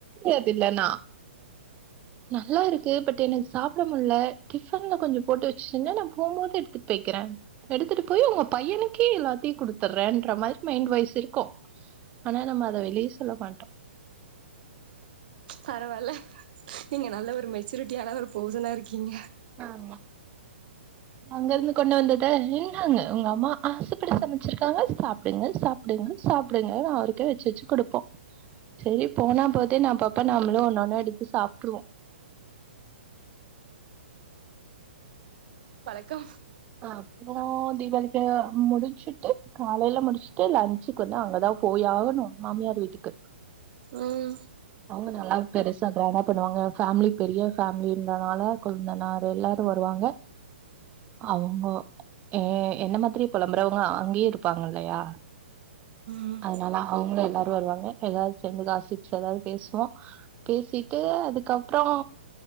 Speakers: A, on the right (about 20°); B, on the right (about 50°).
A: இது இல்லன்னா நல்லா இருக்கு பட் எனக்கு சாப்பிட முல்ல டிப்பன்ல கொஞ்சம் போட்டுவச்சுன்னா நா போகும் போது எடுத்துட்டு போயக்கிறேன் எடுத்துட்டு போய் உங்க பையனுக்கே எல்லாத்தையும் குடுத்துடுறேன்ற மாதிரி மைண்ட் வாய்ஸ் இருக்கும் ஆனா நம்ம அதை வெளியே சொல்ல மாட்டோ
B: பரவால்ல நீங்க நல்ல ஒரு மெச்சூரிட்டியான ஒரு பெர்சனா இருக்கீங்க
A: ஆமா அங்க இருந்து கொண்டு வந்தத இன்னாங்க உங்க அம்மா ஆசப்படி சமைச்சிருக்காங்க சாப்டுங்க சாப்டுங்க சாப்டுங்க அவருக்கே வச்சு வச்சு கொடுப்போம் சரி போனா போதே நம்ப்பாப்ப நம்மளும் ஒண்ணொ ஒண்ணு எடுத்து சாப்ட்டுருவோம்
B: க
A: அப்புறோம் தீபாவளிக்கு முடிச்சுட்டு காலையில முடிச்சுட்டு லன்ச்சுக்கு வந்து அங்கதான் போய் ஆகணும் மாமியார் வீட்டுக்கு
B: ம்
A: அவ்ங்க நல்லா பெருசா டிரம்மா பண்ணுவாங்க பேம்மிலி பெரிய பேம்மிலங்கனால குழந்தனாறு எல்லாரும் வருவாங்க அவங்க ஏ என்ன மாதிரி புலம்புறவங்க அங்கேயே இருப்பாங்க இல்லயா
B: ம்
A: அதனால அவங்களும் எல்லாரு வருவாங்க எதவது செய்ந்தாசி எதாவது பேசுவோ பேசிட்டு அதுக்கப்புறோ